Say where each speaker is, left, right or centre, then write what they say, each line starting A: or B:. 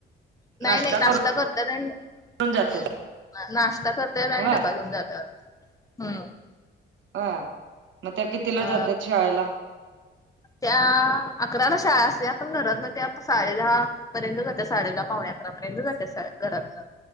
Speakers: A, on the left; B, on the right.
A: नायी
B: नाश्ता
A: नायी
B: करून
A: नाष्टा करत्यात आणि
B: ून जातात
A: नाष्टा करत्यात आणि
B: होय
A: डबा घेऊन जात्यात
B: हा मग त्या कितीला
A: अ
B: जात्यात, शाळेला?
A: त्या अकराला शाळा असतीया पण घरातनं त्या साडेदहा पर्यंत जाते साडे दहा पावणे अकरा पर्यंत जाते घरातनं